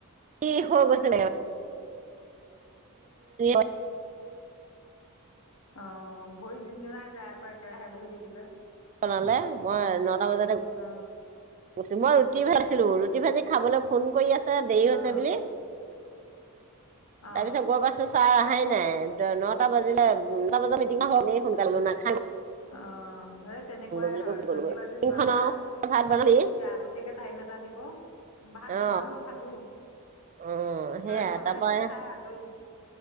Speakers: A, on the right (about 35°); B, on the left (about 80°).
A: ষ হৈ গছে <inaudible>
B: অ, ভৰি যোন জিন জিনাই যায় আকৌ একেৰাহে বহি থাকিলে।
A: জনালে মই নটা বজাতে
B: অ
A: <inaudible> মই ৰুটি ভাজিছিলোঁ ৰুটি ভাজি খাবলৈ ফোন কৰি আছে দেৰি
B: অ
A: হৈছে বুলি,
B: অ
A: তাৰপিছত গ, প ছাৰ আহহাই নাই নটা, বাজিলে নটা বজাত মিটিঙ হ ন সোনকালে নাই
B: অ, সেই তেনেকুৱাই
A: বুলি
B: হয়
A: কৈ গুচি
B: জল্দি
A: গ'লোগৈ
B: বাজি
A: মিটিংখন
B: যোৱা
A: আও
B: যা
A: ভাত বনালি
B: আগতীয়াকে টাইম এটা দিব। ভাত
A: অ
B: বনালো খালো।
A: অ, সেয়া
B: তই বনাই
A: তাৰ প
B: কৰি খাই আজৰি।